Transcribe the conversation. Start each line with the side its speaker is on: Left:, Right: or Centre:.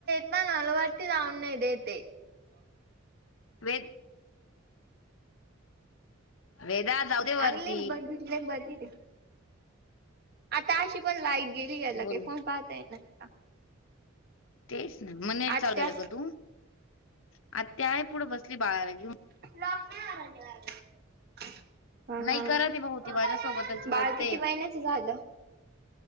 Right: मा न अलवढती जावना इद ते
Left: वे वेदा जाऊ दे वरती
Right: अगले बघितले बघले आता अशी पण लाई गेली गेला
Left: बोल
Right: की फोन पाहतय ना का
Left: तेच ना मग नेट
Right: आत्या
Left: चालू केलं का तू आ त्याय पुढे बसली बाळाला घेऊन
Right: लग् नाही आला ह
Left: नाही
Right: ह
Left: करा ते भाऊ ती माझ्यासोबतच बोलते
Right: बाळ किती महिन्याच झालं